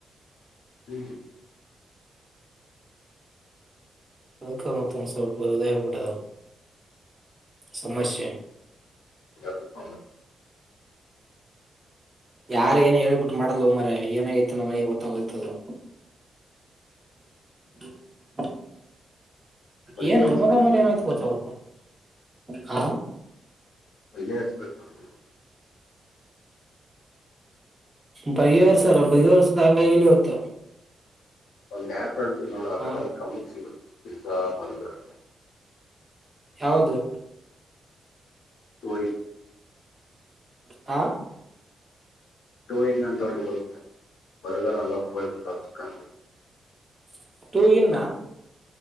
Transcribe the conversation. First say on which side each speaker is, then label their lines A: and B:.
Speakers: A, on the left; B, on the right.
A: ಹು
B: ಅದಕ್ಕ ಮತ್ತೊಂದು ಸ್ವಲ್ಪ ವಿದಾಯ ಪಟ್ಟದ ಸಮಸ್ಯೆ
A: ಹ
B: ಯಾರ ಏನ್ ಹೇಳ್ಬಿಟ್ಟು ಮಾಡಲ್ವ ಮರ ಏನಾಗೈತಿ ನನಗೆ ಗೊತ್ತಾಗತದು <inaudible>
A: ಬಗೆಹರಿಸ್ಬೇಕು
B: ಏನ ಹಮ್ಮದ ಮಾಡನ
A: ನಾನು
B: ಪಚಾವ ಹಾ
A: ಬಗೆಹರಿಸ್ಬೇಕು ನಾನು.
B: ಬಹ ವರ್ ಸರ ಬಹ ವರ್ಷ ದಂಗ ಇಲ್ಲ ಹೊತ
A: ಒಂದು ಆಪ್ರಂಡ ತಿ ನೋಡು ಅದಡೆಲ್ಲ
B: ಹಾ
A: ಕಮ್ಮಕ್ ಸಿಗುತ್ತೆ ಪಿಜಝಾ ಮರಿದೋಡೆಲ್ಲ
B: ಯಾವದು
A: ದು
B: ಹಾ
A: ರೋಯಿಂಗ್ ಅಂತ ಹೊಡಿ ಬರುತ್ತೆ ಬರ್ಗರ್ ಅಲ್ಲ <unintelligible> ಹೋಗ್ಬಿಟ್ಟ ಚಿಕನ್ <unintelligible>
B: <unintelligible> ತೂ ಇನ್ನ